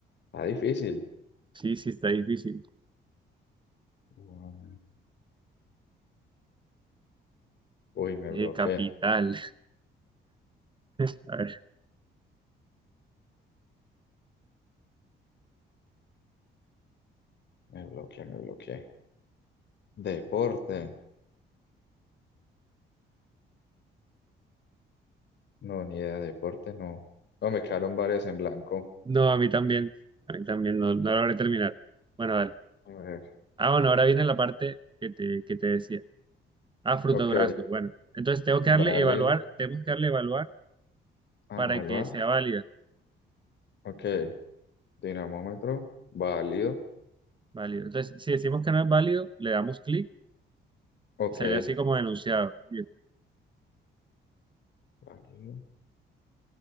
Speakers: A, on the left; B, on the right.
A: está difícil.
B: Sí, sí, está difícil.
A: Uy, uy, me
B: Eh,
A: bloqueé,
B: capital. <laughs> A ver.
A: me bloqueé, me bloqueé. Deporte, no, ni idea de deporte, no. No, me quedaron varias en blanco.
B: No, a mí también. A mí también, no, no logré terminar. Bueno, dale.
A: A ver,
B: Ah, bueno, ahora viene la parte que te, que te decía. Ah, fruta
A: ok,
B: durazno. Bueno, entonces tengo que
A: vale,
B: darle evaluar, tenemos que darle evaluar.
A: a
B: para
A: evaluar,
B: que sea válida,
A: ok, dinamómetro, válido,
B: válido. Entonces, si decimos que no es válido, le damos clic
A: ok,
B: y sale así como denunciado. Y
A: válido.